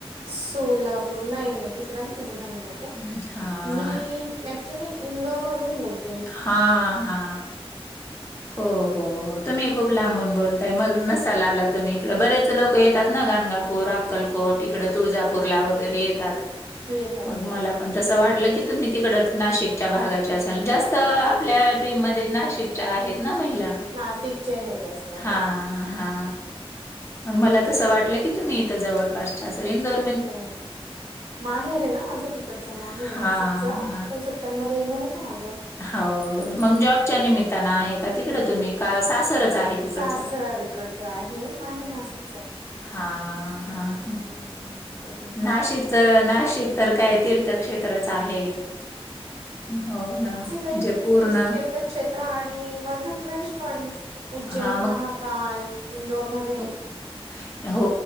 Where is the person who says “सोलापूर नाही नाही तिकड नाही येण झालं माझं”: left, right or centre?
Right